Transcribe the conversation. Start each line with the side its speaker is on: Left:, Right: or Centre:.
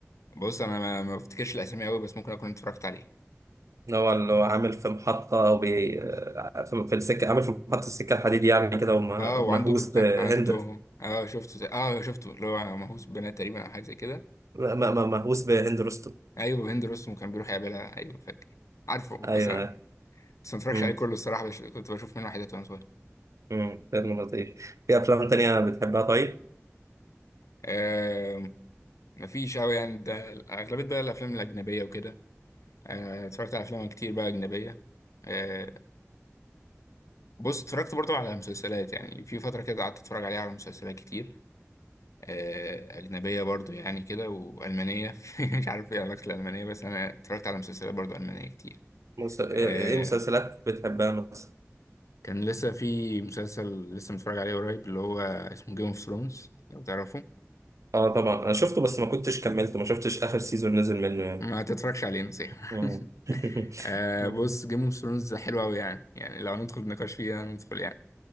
Left: بص أنا ما ما بفتكرش الأسامي أوي بس ممكن أكون اتفرجت عليه
Right: اللي هو اللي هو عامل في محطة وبي... آه، في في السكة عامل في محطة السكة الحديد يعني كده ومهووس
Left: أه وعنده ب...
Right: بهند
Left: آه، عنده أه شفته زي- أه شفته اللي هو مهووس بنات تقريبا أو حاجة زي كده
Right: لا ما ما مهووس بهند رستم
Left: أيوه هند رستم كان بيروح يقابلها أيوه فاكر عارفه
Right: ايوه
Left: بس أنا بس ما اتفرجش
Right: امم
Left: عليه كله الصراحة بش... كنت بشوف منه حاجات وأنا صغير
Right: امم فيلم لطيف في افلام تانية بتحبها طيب
Left: أه... مفيش أوي يعني ده أغلبية بقى الأفلام الأجنبية وكده آه، اتفرجت على أفلام كتير بقى أجنبية آه، بص اتفرجت برضو على مسلسلات يعني في فترة كده قعدت اتفرج عليها على مسلسلات كتير آه، أجنبية برضو يعني كده وألمانية <laughs> مش عارف ايه علاقة الألمانية بس أنا اتفرجت على مسلسلات برضو ألمانية كتير
Right: مس... ايه
Left: آه،
Right: إيه مسلسلات بتحبها مثلا
Left: كان لسه في مسلسل لسه متفرج عليه قريب اللي هو اسمه جيم اوف ثرونز لو تعرفه
Right: اه طبعا انا شفته بس ما كنتش كملته ما شفتش اخر سيزون نزل منه يعني
Left: ما تتفرجش عليه نصيحة
Right: مم. <laughs>
Left: <laughs> آه، بص جيم اوف ثرونز حلو أوي يعني يعني لو ندخل نقاش فيها ندخل يعني